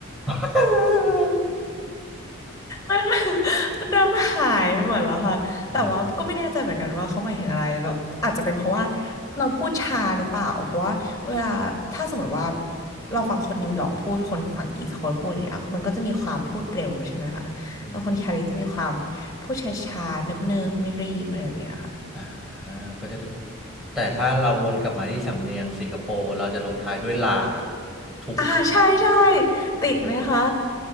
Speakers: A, in the centre; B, on the left.
A: <laughs>
B: มัน <laughs> มันเริ่มหายไปหมดแล้วค่ะแต่ว่าก็ไม่แน่ใจเหมือนกันว่าเขาหมายถึงอะไรแบบอาจจะเป็นเพราะว่า
A: อืม
B: เราพูดช้าหรือเปล่าเพราะว่าเวลาถ้าสมมติว่าเราฟังคนนิวยอร์กพูดคนฝั่งอีสต์โคสต์พูดอย่างเงี้ยมันก็จะมีความพูดเร็วใช่ไหมคะแล้วคนแคลิฟจะมีความพูดช้าๆเนิบๆไม่รีบอะไรแบบเนี้ยค่ะ
A: อืม อ่าก็จะได้แต่ถ้าเราวนกลับมาที่สำเนียงสิงคโปร์เราจะลงท้ายด้วยลาถูก
B: อ่าใช่ใช่ติดไหมคะ